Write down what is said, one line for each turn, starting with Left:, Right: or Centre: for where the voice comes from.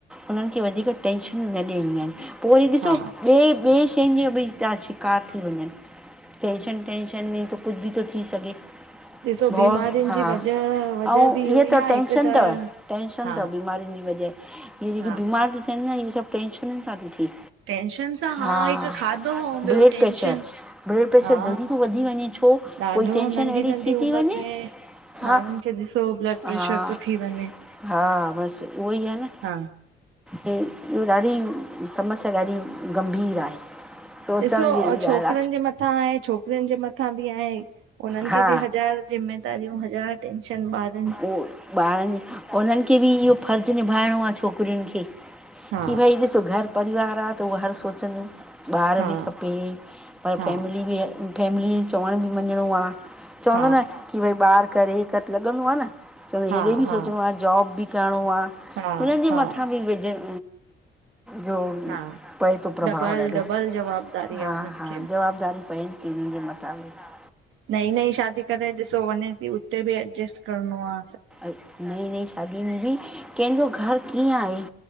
Centre: उन्हनि खे वधीक टेंशनयूं न ॾियणियूं आहिनि पो वरी ॾिसो
Right: हा
Centre: ॿिए ॿिए शयुनि जो बि जा शिकार थी वञनि, टेंशन टेंशन में तो कुझु बि तो थी सघे।
Right: ॾिसो
Centre: भउ
Right: बीमारियुनि
Centre: हा,
Right: जी वजह वजह
Centre: अउं
Right: बि इहो
Centre: इअ तव
Right: ई आ
Centre: टेंशन
Right: हिक त
Centre: तव टेंशन
Right: हा
Centre: तव बीमारीयुनि जी वजह। इहे जेकी
Right: हा
Centre: बीमार ती थियनि न इहे सभु टेंशनन सां ती थे।
Right: टेंशन सां
Centre: हा
Right: हिक खाधो ऐं
Centre: ब्लड
Right: ॿियो टेंशन
Centre: प्रेशर, ब्लड प्रेशर
Right: हा
Centre: जल्दी तो वधी वञे छो? कोई
Right: ॾाढो
Centre: टेंशन
Right: नंढी
Centre: अहिड़ी
Right: नंढी
Centre: थी ती
Right: उमिरि
Centre: वञे
Right: में
Centre: हा-
Right: माण्हुनि खे ॾिसो ब्लड प्रेशर
Centre: हा-
Right: थो थी वञे।
Centre: हा, बसि उहो ई आ न।
Right: हा
Centre: इ इहो ॾाढी समस्या ॾाढी गंभीर आहे। सोचण
Right: ॾिसो और
Centre: जहिड़ी ॻाल्हि
Right: छोकिरनि जे मथ थां आहे, छोकरिनि जे मथां बि आहे हुननि
Centre: हा
Right: खे बि हज़ार जिम्मेदारियूं हज़ार जनि बाद
Centre: उह ॿारनि उन्हनि खे बि इहो फर्ज़ निभाइणो आ छोकिरियुनि खे।
Right: हा
Centre: की भई ॾिसो घर परिवार आ त उहो हर सोचंदियू ॿार
Right: हा
Centre: बि खपे पर
Right: हा
Centre: फैमिली बि फैमिली जो चवण बि मञिणो आ चवंदो
Right: हा
Centre: न की भई ॿार करे हिक त लॻंदो आ न। चवंदा
Right: हा
Centre: हेॾे बि
Right: हा
Centre: सोचणो आ, जॉब बि करिणो आ,
Right: हा
Centre: हिननि जे
Right: हा
Centre: मथां बि विझन जो
Right: हा
Centre: पए तो प्रभाव
Right: डबल
Centre: ॾाढो,
Right: डबल जवाबदारी
Centre: हा-
Right: आहे हुननि
Centre: हा,
Right: खे
Centre: जवाबदारीयूं पएन ॿिनिन जे मुताबिक आ,
Right: नईं नईं शादी करे ॾिसो वञे ती, उते बि एडजस्ट करिणो आ
Centre: नई -नई शादी में बि कंहिंजो घर कीअं आहे?